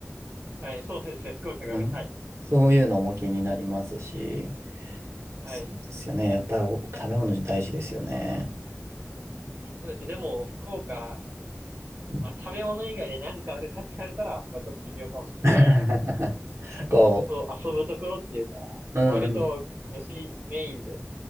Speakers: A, on the right (about 40°); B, on the right (about 70°).
A: はい、そうですね、福岡がめ、
B: うん。
A: はい。
B: そういうのも気になりますし、
A: はい。
B: そうですよね。やっぱりお食べ物大事ですよね。
A: いや、そうですね。でも、福岡、
B: うん
A: まあ、食べ物以外で何かあるかって言われたら、まあ、ちょっと微妙かもしれないですね。
B: <laughs>
A: なんか、
B: こ
A: まあと、遊ぶところっていうか、
B: う、うんうん。
A: 割と飯メインで